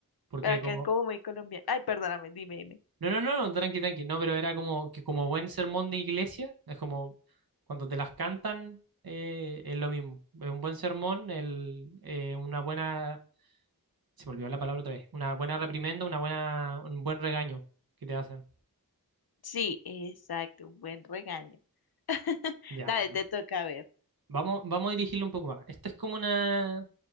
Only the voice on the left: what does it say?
Acá
es como muy colombiano. Ay, perdóname, dime, dime.
Sí, exacto, un buen regaño. <laughs>
Dale,
te toca ver.